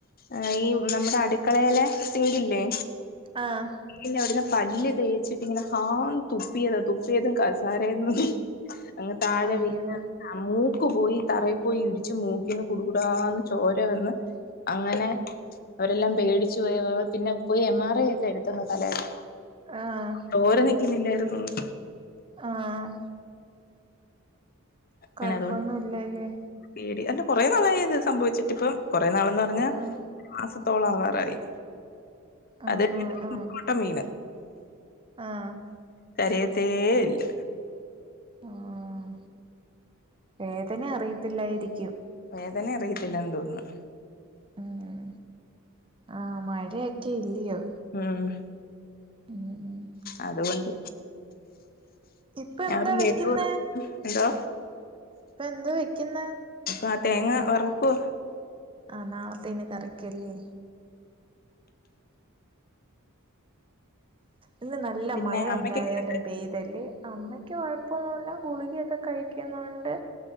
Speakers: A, on the left; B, on the right.
A: ആഹ് ഈ നമ്മടെ അടുക്കളേലെ സിങ്കില്ലേ
B: ആഹ്
A: <unintelligible> അവടന്ന് പല്ല് തേച്ചിട്ട് ഇങ്ങനെ ഹാന്ന് തുപ്പിയതാ തുപ്പിയതും കസാരേന്ന് അങ് താഴെ
B: അയ്യോ
A: വീ <unintelligible> ആഹ് മൂക്ക് പോയി തറയി പോയി ഇടിച്ച് മൂക്കിന്ന് കുടുകൂടാന്ന് ചോര വന്ന് അങ്ങനെ അവരെല്ലാം പേടിച്ചു പോയി <unintelligible> പിന്നെ പോയി എം ആർ ഐ ഒക്കെ എടുത്തെന്ന് തലേടെ
B: ആഹ്
A: ചോര നിക്കുന്നില്ലായിരുന്നെന്ന്
B: ആഹ്
A: അങ്ങനെ
B: കൊഴപ്പൊന്നും
A: അതുകൊണ്ട്
B: ഇല്ലല്ലേ
A: പേടി അല്ല കൊറെ നാളായി അത് സംഭവിച്ചിട്ട് ഇപ്പം കൊറെ നാളെന്ന് പറഞ്ഞാ
B: ആഹ്
A: ഒരു മാസത്തോളം ആവാറായി
B: ആഹ്
A: അത് <unintelligible>
B: ആഹ് ആഹ്
A: വീണ്
B: ആഹ്
A: കരയത്തെയില്ല
B: ആഹ് വേദന അറിയത്തില്ലായിരിക്കും
A: വേദന അറിയത്തില്ലാന്ന് തോനുന്നു
B: ഉം ആഹ് മഴക്കെ ഇല്ലിയോ
A: ഉം
B: ഉം
A: അതുകൊണ്ട്
B: ഇപ്പൊ എന്താ
A: <unintelligible>
B: വെക്കുന്നേ
A: എന്തോ
B: പ്പെ എന്ത് വെക്കുന്നെ
A: കാ തേങ്ങ വറക്കുവ
B: ആഹ് നാളത്തേന് കറിക്കല്ലേ ഇന്ന് നല്ല
A: പിന്നെ
B: മഴ
A: അമ്മക്ക്
B: എന്തായാലും
A: എങ്ങനെണ്ട്
B: പെയ്തല്ലെ അമ്മയ്ക്ക് കൊ ഴപ്പൊന്നുല്ല ഗുളിക ഒക്കെ കഴിക്കുന്നുണ്ട്